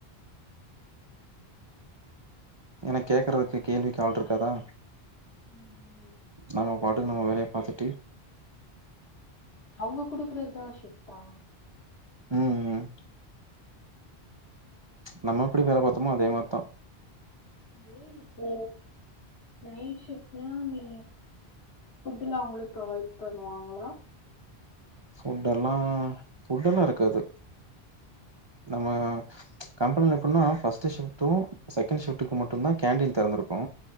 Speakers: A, on the left; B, on the right.
A: ம் ம் ம்
B: எனக் கேக்குறதுக்கு கேள்விக்கு ஆல் இருக்காதா
A: ம்
B: நம்ம பாட்டுக்கு நம்ம வேலைய பாத்துட்டு
A: அவங்க குடுக்குறது தா ஷிப்டா
B: ம் ம்
A: ம்
B: நம்ம எப்படி வேல பாத்தோமோ அதே மாறி தா
A: ஏய் இப்போ நைட் ஷிஃப்ட்னா நீ ஃபுட்லா அவங்களே ப்ரொவைட் பண்ணுவாங்களா
B: ஃபுட் எல்லா ஃபுட் எல்லா இருக்காது நம்ம கம்பெனில எப்டின்னா ஃபஸ்டு ஷிப்டு செகண்ட் ஷிப்டுக்கு மட்டுந்தா கேண்டீன் தெறந்துருக்கு